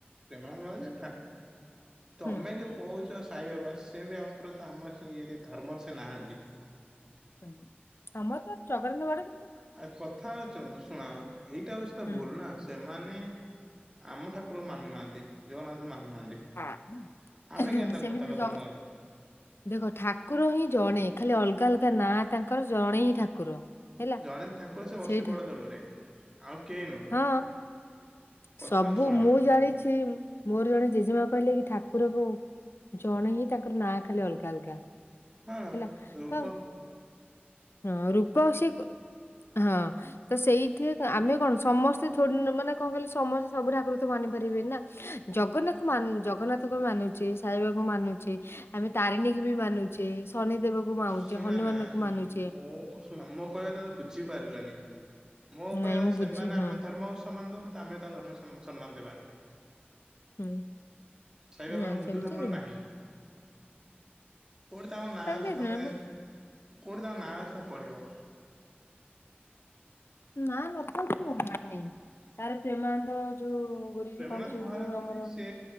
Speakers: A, on the right; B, on the left.
A: ପ୍ରେମାନନ୍ଦ ମଜ ଠାକ୍ ତମେ
B: ହୁଁ
A: ଯୋଉ କହୁଛ ସାଇବା ବାସ ସେ ବି ଆମ ଆମ ସେ ଇଏରେ ଧର୍ମରେ ସେ ନାହାନ୍ତି।
B: ହଁ ଆମ ତ ଚଗରନ୍ଦ ବଡ଼
A: ଆ କଥା ହଉଛୁ ଶୁଣ ଏଇଟା ହଉଛି, ତ
B: ହୁଁ
A: ଭୁଲ ନା ସେମାନେ ଆମ ଠାକୁର ମାନୁନାହାନ୍ତି ଜଗନ୍ନାଥ ମାନ ନାହାନ୍ତି
B: ହଁ
A: ଆମେ କେନ୍ତା
B: ସେମିତି
A: ତାଙ୍କ
B: ଜଗ
A: ଧର୍ମ
B: ଦେଖ ଠାକୁର ହିଁ ଜଣେ ଖାଲି ଅଲଗା ଅଲଗା ନାଁ ତାଙ୍କ ତାଙ୍କର ଜଣେ ହିଁ ଠାକୁର ହେଲା
A: ଜଣେ ଠାକୁର ସେ ବସି
B: ସେଇଠା
A: ବଡ ଦେଉଳରେ ଆଉ କେହି ନୁହଁ।
B: ହଁ।
A: କଥା
B: ସବୁ
A: ଆଉ ଶୁଣ
B: ମୁଁ ଜାଣିଛି ମୋର ଜଣେ ଜେଜେମା କହିଲେ କି ଠାକୁ କୁକୁରକୁ ଜଣେ ହିଁ ତାଙ୍କର ନାଁ ଖାଲି ଅଲଗା ଅଲଗା
A: ହଁ
B: ହେଲା
A: ରୂପା
B: ତ ହଁ ରୂପ ସେ ହଁ ତ ସେଇଥି ଆମେ କଣ ସମସ୍ତେ ମାନେ କଣ କହିଲେ, ସମସ୍ତେ ସବୁଠ ଆକୃତ ମାନି ପାରିବେ ନା ଜଗନ୍ନାଥଙ୍କୁ ଜଗନ୍ନାଥଙ୍କୁ ବି ମାନୁଛେ ସାଇବାବଙ୍କୁ ମାନୁଛେ ଆମେ ତାରିଣୀ ବି ମାନୁଛେ, ଶନି ଦେେବ କୁ ମୁଛି
A: ଶୁଣ
B: ହନୁମାନଙ୍କୁ
A: ନା
B: ମାନୁଛି।
A: ମୋ ଆମ କହିବା ତମତେ ବୁଝି ପାରିଲନି? ମୁଁଉ
B: ନାଇଁ
A: କହିଲ
B: ମୁଁ ବୁଝି
A: ସେମାନେ
B: ହଁ
A: ଆମ ଧର୍ମକୁ ସମ୍ମାନ ଦଉନାହାନ୍ତି ଆମେ ବି ତାଙ୍କ ଧର୍ମ ସମ୍ମାନ ଦେବାନି।
B: ହୁଁ।
A: ସେ ହିନ୍ଦୁ
B: ନା ସେମିତି
A: ଧର୍ମରେ
B: ନୁହଁ
A: ନାହିଁ। କୋଉଠି ତାଙ୍କ ନାଁ
B: ସେମିତି
A: ଅଛି। ତମେ
B: ନୁହେଁ
A: କୋଉଠି ତାଙ୍କ ନାଁ ଅଛି ତମ ପଢିବ
B: ନା ନକନ୍ତି ମ ମାନି ତାର ପ୍ରେମାନନ୍ଦ ଯୋଉ ଗୁରୁଜୀ
A: ପ୍ରେମନାଥ
B: କହିଛନ୍ତି
A: ମହାରାଜ
B: ଯୋଉ ଆମର
A: ସେ